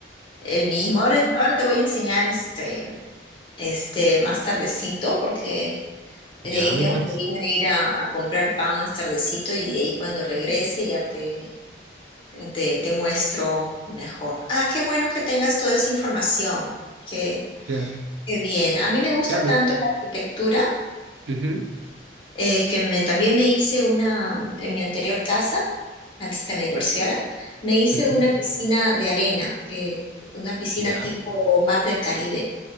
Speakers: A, on the left (about 25°); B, on the right (about 80°).
A: el mismo. Ahora, ahora te voy a enseñar este, este más tardecito, porque de
B: Ya
A: ahí tengo
B: me parece.
A: que irme a ir a, a comprar pan más tardecito y de ahí cuando regrese ya te, te, te muestro mejor. Ah, qué bueno que tengas toda esa información. Qué,
B: Claro,
A: qué bien. A mí me gusta
B: claro.
A: tanto la arquitectura
B: ujú,
A: eh, que me, también me hice una, en mi anterior casa, antes que me divorciara, me hice
B: ujú,
A: una piscina de arena, que, una piscina
B: Ya.
A: tipo Mar del Caribe.